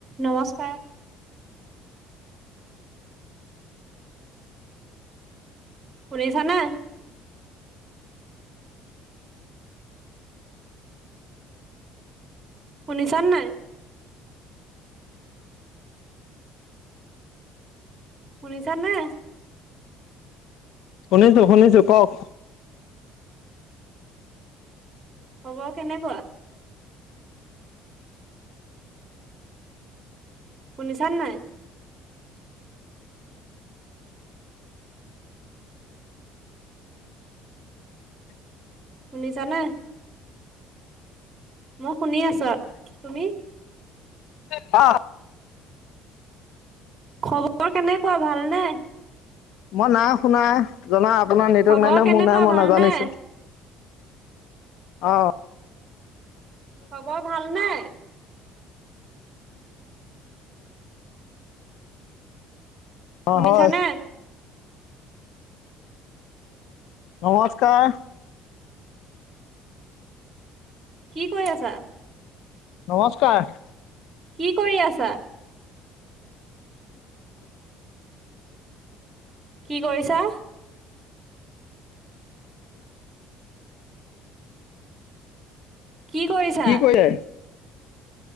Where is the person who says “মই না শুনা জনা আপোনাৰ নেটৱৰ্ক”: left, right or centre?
Left